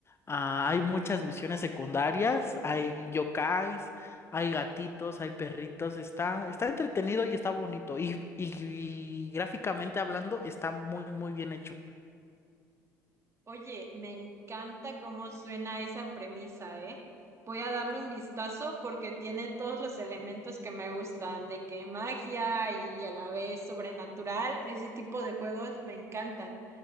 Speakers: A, on the left (about 25°); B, on the right (about 30°).
A: Ah, hay muchas misiones secundarias, hay yokais, hay gatitos, hay perritos, está, está entretenido y está bonito. Y, y, y gráficamente hablando, está muy, muy bien hecho.
B: Oye, me encanta cómo suena esa premisa, ¿eh? Voy a darle un vistazo porque tiene todos los elementos que me gustan, de que magia y a la vez sobrenatural, ese tipo de juegos me encantan.